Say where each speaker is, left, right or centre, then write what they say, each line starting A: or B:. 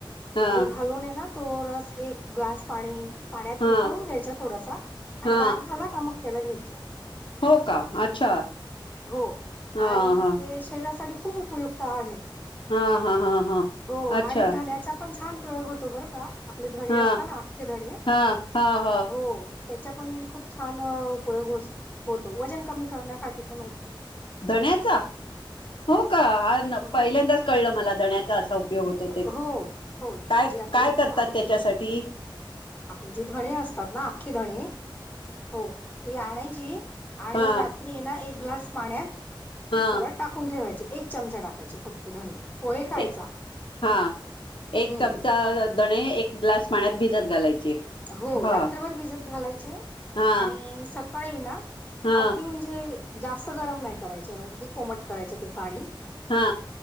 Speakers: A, on the left; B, on the left.
A: हा
B: हे घालुनये ना तो रस एक ग्लास पाणी पाण्यात
A: हा
B: उकळून घ्यायच थोडसा आणि
A: हा
B: गार झाला का मग त्याला घ्यायच
A: हो का, अच्छा
B: हो
A: हा
B: आणि मग
A: हा
B: ते शरीरासाठी खुप उपयुक्त आहे.
A: हा हा हा हा
B: हो
A: अच्छा
B: आणि धन्याचा पण छान प्रयोग होतो बरं का आपले धने
A: हा
B: असत ना अख्खे धणे
A: हा हा हा
B: हो त्याचा पण खुप छान उपयोग होतो वजन कमी करण्यासाठी पण होतो.
A: धन्याचा हो का, हा
B: हो
A: पहिल्यांदाच कळलं मला धन्याचा असा उप उपयोग होतो ते
B: हो हो
A: काय
B: जे आपले
A: काय करतात
B: आप
A: त्याच्यासाठी
B: आपले जे धणे असतात ना अख्खी धणे हो ते आणायची आणि
A: हा
B: रात्री ये ना एक ग्लास पाण्यात त्याला
A: हा
B: टाकून ठेवायचे. एक चमचा टाकायचे फक्त धणी पोहे खायचा.
A: ए हा एक
B: हम्म
A: चमचा धणे एक ग्लास पाण्यात भिजत घालायचे.
B: हो
A: हा
B: रात्रभर भिजत घालायचे
A: हा
B: आणि सकाळी ना
A: हा
B: अगदी म्हणजे जास्त गरम नाही करायचं, अगदी कोमट करायचं ते पाणी
A: हा.